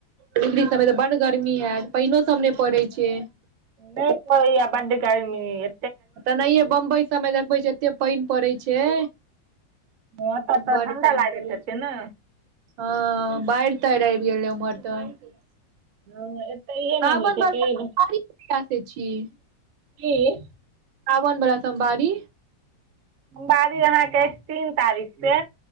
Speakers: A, on the right; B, on the right.
A: दिल्ली सभमे तऽ बड गर्मी होयत पाइनो सब नहि पड़ैत छै
B: नहि परैया बड गरमी
A: तेनाहिे बंबई सबमे देखबै छै एते पानि पड़ैत छै
B: ह ओतऽ तऽ
A: बड
B: ठण्डा
A: पानि
B: लागैत
A: पड़ै
B: हेतै
A: छै
B: ने
A: हँ बाढ त रहै गेलल मर त <unintelligible>
B: हँ एतहिए नहि होइ छै तैयो बस की
A: सावन बड़ा सोमवारी
B: सोमबारी अहाँके तीन तारीख से